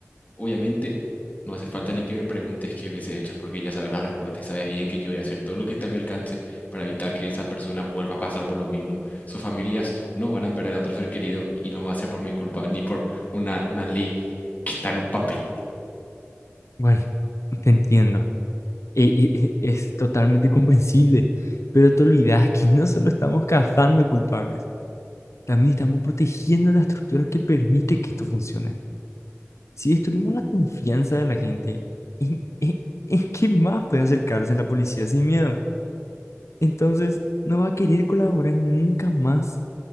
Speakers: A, on the left; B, on the left.
A: obviamente no hace falta ni que me preguntes qué hubiese hecho, porque ya sabes la respuesta y sabes bien que yo voy a hacer todo lo que está a mi alcance para evitar que esa persona vuelva a pasar por lo mismo. Sus familias no van a perder a otro ser querido y no va a ser por mi culpa ni por una, una ley que está en un papel.
B: Bueno, <laughs> te entiendo. E- e- e- es totalmente comprensible, pero te olvidas que no solo estamos cazando culpables, también estamos protegiendo la estructura que permite que esto funcione. Si destruimos la confianza de la gente, ¿en, en- en qué más puede acercarse la policía sin miedo? Entonces, no va a querer colaborar nunca más